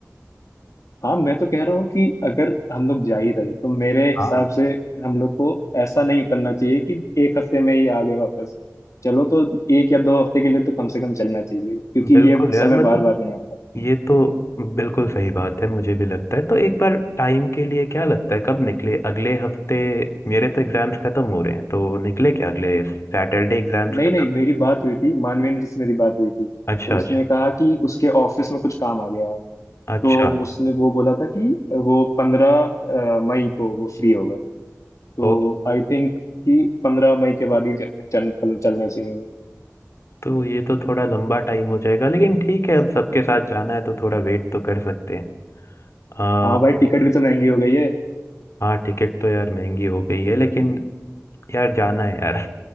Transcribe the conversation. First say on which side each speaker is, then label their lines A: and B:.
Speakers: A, on the left; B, on the left.
A: हाँ मैं तो कह रहा हूँ कि अगर हम लोग जा ही रहे तो मेरे हिसाब
B: हाँ
A: से हम लोग को ऐसा नहीं करना चाहिए कि एक हफ्ते में ही आ गए वापस चलो तो एक या दो हफ्ते के लिए तो कम से कम चलना चाहिए क्योंकि
B: बिल्कुल
A: ये
B: यार
A: समय
B: मतलब
A: बार बार नहीं आता
B: ये तो बिल्कुल सही बात है मुझे भी लगता है तो एक बार टाइम के लिए क्या लगता है कब निकले अगले हफ्ते मेरे तो एग्जाम्स खत्म हो रहे हैं तो निकले क्या अगले सैटरडे एग्जाम्स
A: नहीं
B: खत्म
A: नहीं मेरी बात हुई थी मानवेंद्र से मेरी बात हुई थी तो
B: अच्छा
A: उसने
B: अच्छा
A: कहा कि उसके ऑफिस में कुछ काम आ गया है
B: अच्छा
A: तो उसने वो बोला था कि वो पंद्रह मई को वो फ्री होगा तो
B: ओ
A: आई थिंक कि पंद्रह मई के बाद ही ज- चल, कल- चलना चाहिए हमें।
B: तो ये तो थोड़ा लंबा टाइम हो जाएगा लेकिन ठीक है अब सबके साथ जाना है तो थोड़ा वेट तो कर सकते हैं आ,
A: हाँ भाई टिकट भी तो महंगी हो गई है
B: हाँ टिकट तो यार महंगी हो गई है लेकिन यार जाना है यार